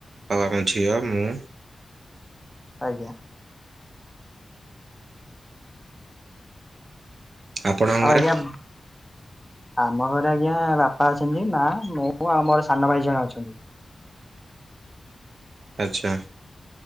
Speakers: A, on the right; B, in the centre.
A: ଆଉ ଆମ ଝିଅ ମୁଁ
B: ଆଜ୍ଞା।
A: ଆପଣଙ୍କ
B: ଆଉ
A: ଘରେ?
B: ଆଜ୍ଞା ଆମ ଘରେ ଆଜ୍ଞା ବାପା ବାପା ଅଛନ୍ତି। ମା ମୁଁ ଆଉ ମୋର ସାନ ଭାଇ ଜଣେ ଅଛନ୍ତି।
A: ଆଚ୍ଛା।